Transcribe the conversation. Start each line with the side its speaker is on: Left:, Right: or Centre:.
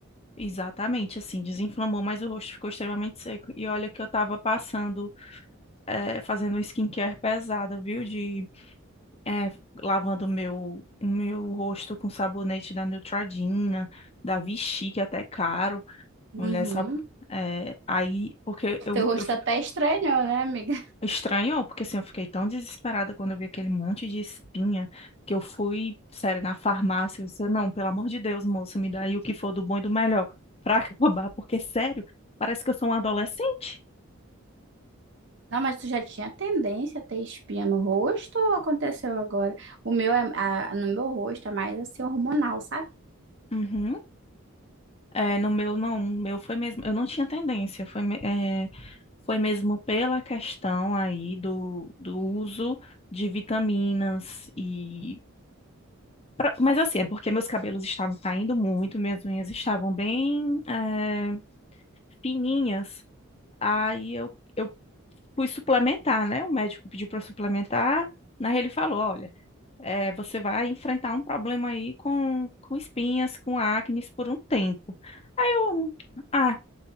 Left: exatamente assim, desinflamou, mas o rosto ficou extremamente seco. E olha que eu tava passando, é, fazendo um skincare pesada, viu? De é, lavando o meu, o meu rosto com sabonete da Neutrogena, da Vichy, que é até caro.
Right: Uhum.
Left: Mulher, sabe? É, aí, porque eu,
Right: Teu rosto
Left: eu fico-
Right: até estranhou, né, amiga?
Left: estranho, porque assim, eu fiquei tão desesperada quando eu vi aquele monte de espinha que eu fui, sério, na farmácia, eu disse, não, pelo amor de Deus, moça, me dá aí o que for do bom e do melhor pra <laughs> acabar, porque sério, parece que eu sou um adolescente.
Right: Não, mas tu já tinha tendência a ter espinha no rosto ou aconteceu agora? O meu é, a- no meu rosto é mais assim hormonal, sabe?
Left: Uhum. É, no meu, não, no meu foi mesmo, eu não tinha tendência, foi, me- é, foi mesmo pela questão aí do, do uso de vitaminas e... pra- mas assim, é porque meus cabelos estavam caindo muito, minhas unhas estavam bem, é, fininhas, aí eu, eu fui suplementar, né? O médico pediu para suplementar, na ele falou, olha, é, você vai enfrentar um problema aí com, com espinhas, com acnes por um tempo. Aí eu... Ah,